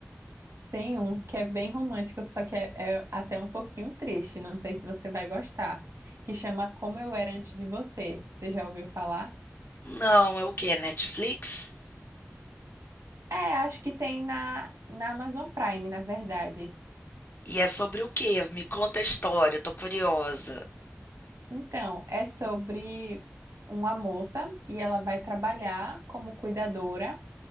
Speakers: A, on the right; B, on the left.
A: Tem um que é bem romântico, só que é, é até um pouquinho triste. Não sei se você vai gostar, que chama Como Eu Era Antes de Você. Você já ouviu falar?
B: Não, é o quê? Netflix?
A: É, acho que tem na, na Amazon Prime, na verdade.
B: E é sobre o quê? Me conta a história, eu tô curiosa.
A: Então, é sobre uma moça e ela vai trabalhar como cuidadora.